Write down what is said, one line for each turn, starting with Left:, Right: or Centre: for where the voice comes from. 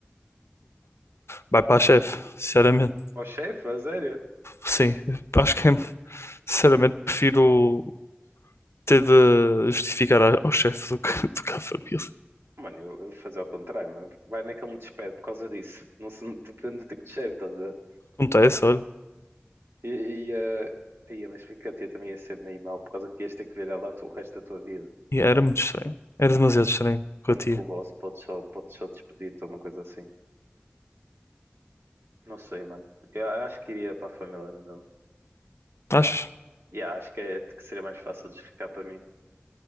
Left: Vai para a chefe, sinceramente.
Right: Ó chefe, a sério?
Left: Sim, acho que é Sinceramente, prefiro ter de justificar a- ao chefe do que, <laughs> do que à família.
Right: Mano, eu, eu vou fazer ao contrário, mano. Porque vai naquele me despede por causa disso. Não se depende do tipo de chefe, estás a ver?
Left: Acontece, olha.
Right: E, e, eh, ia, mas porque a tia também ia ser meio mal, por causa que ias ter que ver ela tu- o resto da tua vida.
Left: E era muito estranho. Era demasiado estranho com
Right: Enquanto
Left: a tia.
Right: que o boss pode só, pode só despedir-te ou uma coisa assim. Não sei, mano. Eu acho que iria para a família, não é mesmo?
Left: Achas?
Right: Yeah, acho que, é, que seria mais fácil de explicar para mim.